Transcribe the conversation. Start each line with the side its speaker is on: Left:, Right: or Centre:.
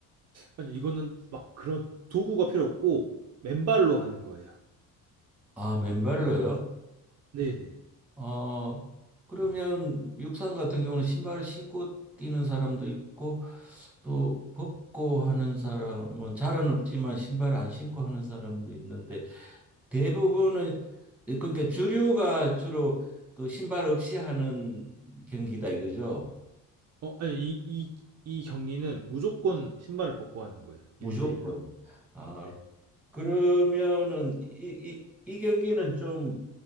Right: 아니 이거는 막 그런 도구가 필요 없고 맨발로 하는 거예요.
Centre: 아, 맨발로요?
Right: 네네.
Centre: 어 그러면 육상 같은 경우는 신발을 신고 뛰는 사람도 있고 또 벗고 하는 사람은 잘은 없지만 신발 안 신고 하는 사람도 있는데 대부분은 그러니까 주류가 주로 그 신발 없이 하는 경기다 이거죠.
Right: 어 아니 이 이 이 경기는 무조건 신발을 벗고 하는 거예요.
Centre: 무조건.
Right: 일대일로
Centre: 아,
Right: 네.
Centre: 그러면은 이, 이, 이 경기는 좀